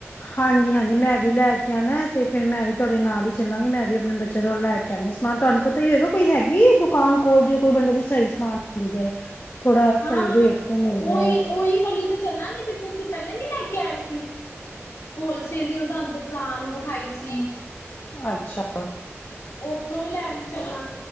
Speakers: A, on the left (about 45°); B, on the left (about 65°).
A: ਹਾਂਜੀ-ਹਾਂਜੀ ਮੈਂ ਵੀ ਲੈ ਕੇ ਆਣਾ ਤੇ ਫੇਰ ਮੈਂ ਵੀ ਤੁਹਾਡੇ ਨਾਲ ਹੀ ਚੱਲਾਂਗੀ ਮੈਂ ਵੀ ਆਪਣੇ ਬੱਚਿਆਂ ਦਾ ਲੈ ਕੇ ਆਉਣਾ ਸਮਾਨ, ਤੁਹਾਨੂੰ ਪਤਾ ਹੀ ਹੋਏਗਾ ਕੋਈ ਹੈਗੀ ਦੁਕਾਨ ਕੋਲ ਜੇ ਕੋਈ ਮਤਲਬ ਸਹੀ ਸਮਾਨ ਮਿਲ ਜਾਏ ਥੋੜਾ
B: ਹਾਂ
A: ਸਹੀ
B: ਹਾਂ
A: ਰੇਟ ਤੇ ਮਿਲ
B: ਉਹੀ
A: ਜਾਏ
B: ਉਹੀ ਵਾਲੀ ਤੇ ਚੱਲਾਂਗੇ ਜਿੱਥੇ ਅਸੀਂ ਪਹਿਲੇ ਨੀ ਲੈ ਕੇ ਆਏ ਸੀ ਹੋਲਸੇਲ ਦੀ ਮੈਂ ਤੁਹਾਨੂੰ ਦੁਕਾਨ ਖਾਈ ਸੀ
A: ਅੱਛਾ
B: ਉੱਥੋਂ ਹੀ ਲੈਣ ਚੱਲਾਂ